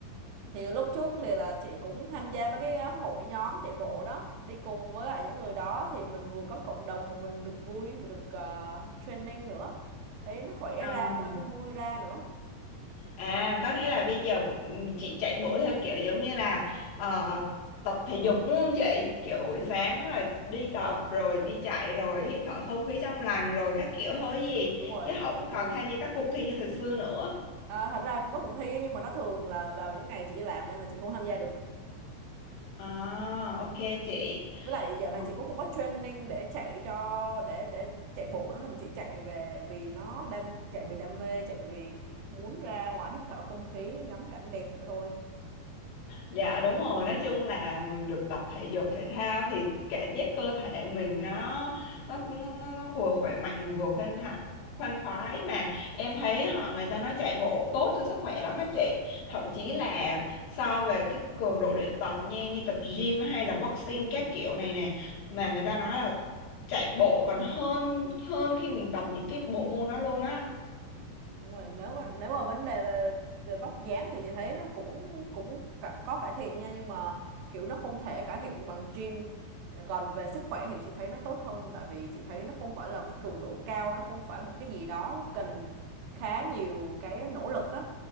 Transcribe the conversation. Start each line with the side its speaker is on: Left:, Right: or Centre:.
Right: thì lúc trước thì là chị cũng tham gia mấy cái uh, hội nhóm chạy bộ đó đi cùng với lại những người đó thì mình vừa có cộng đồng mà mình được vui và được uh, training nữa thấy nó khỏe
Left: Ờ.
Right: ra mà nó cũng vui ra nữa
Left: À, có nghĩa là bây giờ bộ- chị chạy bộ theo kiểu giống như là ờ, tập thể dục đúng không chị? Kiểu buổi sáng là đi
Right: đúng
Left: tập
Right: rồi
Left: rồi đi chạy rồi hít thở không khí trong lành rồi các kiểu thôi gì
Right: đúng rồi
Left: chứ
Right: tập
Left: không
Right: cho vui
Left: còn tham gia các cuộc thi như thời xưa nữa.
Right: à, thật ra cũng có cuộc thi ấy, nhưng mà nó thường là vào những ngày chị đi làm nên là chị không tham gia được
Left: À, ok chị.
Right: với lại dạo
Left: Ờ,
Right: này chị cũng không có training để chạy cho để để chạy bộ nữa mà chị chạy về vì nó đam chạy vì đam mê chạy vì muốn ra ngoài hít thở không khí ngắm cảnh đẹp vậy thôi
Left: Dạ đúng rồi, nói chung là mình được tập thể dục thể thao thì cảm giác cơ thể mình nó nó nó nó nó vừa khỏe mạnh vừa khoan thai khoan khoái mà em thấy họ người ta nói chạy bộ tốt cho sức khỏe lắm á chị. Thậm chí là so về cái cường độ luyện tập nha như tập gym hay là boxing các kiểu này này mà người ta nói là chạy bộ còn hơn hơn khi mình tập những cái bộ môn đó luôn
Right: đúng rồi nếu mà nếu mà vấn đề về về vóc dáng thì chị thấy nó cũng cũng cả, có cải thiện nha nhưng mà kiểu nó không thể cải thiện bằng gym còn về sức khỏe thì chị thấy nó tốt hơn tại vì chị thấy nó không phải là cái cường độ cao nó không phải một cái gì đó cần khá nhiều cái nỗ lực á